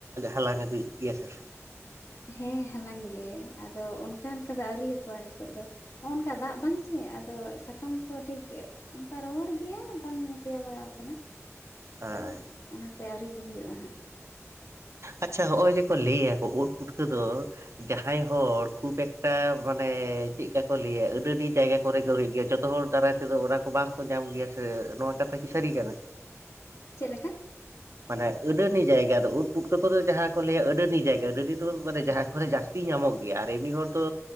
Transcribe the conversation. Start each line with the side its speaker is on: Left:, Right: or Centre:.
Right: ᱦᱟᱞᱟᱝ ᱟᱹᱜᱩᱭᱼᱼ <unintelligible>
Left: ᱦᱮᱸ ᱦᱟᱞᱟᱝ ᱜᱮ ᱟᱫᱚ ᱚᱱᱠᱟᱱ ᱠᱚᱫᱚ ᱟᱹᱣᱨᱤᱭᱟ ᱠᱚᱣᱟ ᱱᱤᱛᱚᱜ ᱫᱚ ᱱᱚᱜ ᱱᱚᱝᱠᱟ ᱫᱟᱜ ᱵᱟᱝ ᱥᱮ ᱟᱫᱚ ᱥᱟᱠᱟᱢ ᱠᱚ ᱴᱷᱤᱠ ᱚᱱᱠᱟ ᱨᱚᱦᱚᱲ ᱜᱮᱭᱟ ᱵᱟᱝ ᱥᱮᱭᱟ ᱵᱟᱲᱟ ᱟᱠᱟᱱᱟ᱾
Right: ᱟᱪ
Left: ᱫᱚ ᱚᱱᱟᱛᱮ ᱟᱹᱣᱨᱤ ᱠᱚ ᱦᱩᱭᱩᱜᱼᱟ ᱦᱟᱸᱜ
Right: ᱟᱪᱷᱟ ᱦᱚᱜᱼᱚᱭ ᱡᱮᱠᱚ ᱞᱟᱹᱭᱟᱠᱚ ᱩᱫ ᱯᱩᱴᱠᱟᱹ ᱫᱚ ᱡᱟᱦᱟᱸᱭ ᱦᱚᱲ ᱠᱷᱩᱵ ᱮᱠᱴᱟ ᱢᱟᱱᱮ ᱪᱮᱫᱠᱟ ᱠᱚ ᱞᱟᱹᱭᱟ ᱟᱹᱰᱤ ᱟᱹᱰᱤ ᱡᱟᱭᱜᱟ ᱠᱚᱨᱮ ᱜᱮ ᱦᱩᱭᱩᱜ ᱜᱮᱭᱟ ᱡᱚᱛᱚ ᱦᱚᱲ ᱫᱟᱨᱟᱭ ᱛᱮᱫᱚ ᱚᱱᱟ ᱠᱚ ᱵᱟᱝ ᱠᱚ ᱧᱟᱢ ᱜᱮᱭᱟ ᱥᱮ ᱱᱚᱣᱟ ᱠᱟᱛᱷᱟ ᱠᱤ ᱥᱟᱹᱨᱤ ᱠᱟᱱᱟ?
Left: ᱪᱮᱫ ᱞᱮᱠᱟ?
Right: ᱢᱟᱱᱮ ᱟᱹᱰᱟᱹᱱᱤ ᱡᱟᱭᱜᱟ ᱫᱚ ᱩᱫ ᱯᱩᱴᱠᱟᱹ ᱠᱚᱫᱚ ᱡᱟᱦᱟᱸ ᱠᱚ ᱞᱟᱹᱭᱟ ᱟᱹᱰᱟᱹᱱᱤ ᱡᱟᱭᱜᱟ ᱟᱹᱰᱟᱹᱱᱤ ᱫᱚ ᱢᱟᱱᱮ ᱡᱟᱦᱟᱸ ᱠᱚᱨᱮ ᱡᱟᱥᱼᱼ <unintelligible> ᱧᱟᱢᱚᱜ ᱜᱮᱭᱟ ᱟᱨ ᱮᱢᱱᱤ ᱦᱚᱲ ᱫᱚ